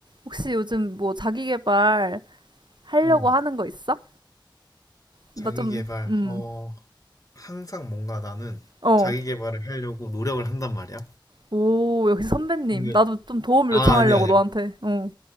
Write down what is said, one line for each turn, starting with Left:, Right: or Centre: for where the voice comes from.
Right: 혹시 요즘 뭐 자기 개발 하려고
Left: 응,
Right: 하는 거 있어? 나
Left: 자기계발.
Right: 좀, 음,
Left: 어, 항상 뭔가 나는
Right: 어.
Left: 자기계발을 하려고 노력을 한단 말이야.
Right: 오, 역시 선배님.
Left: 근데,
Right: 나도 좀 도움을
Left: 아,
Right: 요청하려고
Left: 아니야, 아니야.
Right: 너한테. 어,